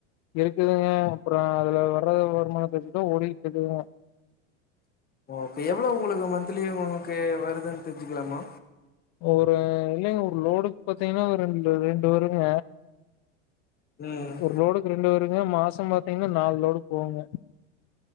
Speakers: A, on the left; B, on the left.
A: இருக்குதுங்க அப்றோ அதுல வர்றது வருமானத்த வச்சுதா ஓடிகிட்டு இருக்குதுங்க
B: ஓ இப்ப எவ்ளோ உங்களுக்கு மந்த்லி உங்களுக்கு வருதுன்னு தெரிஞ்சுக்கலாமா
A: ஒரு இல்லைங்க ஒரு லோடுக்கு பாத்தீங்கனா ஒரு ரெண்டு ரெண்டு வருங்க
B: ம்
A: ஒரு லோடுக்கு ரெண்டு வருங்க மாசம் பாத்தீங்கனா நாலு லோடு போவுங்க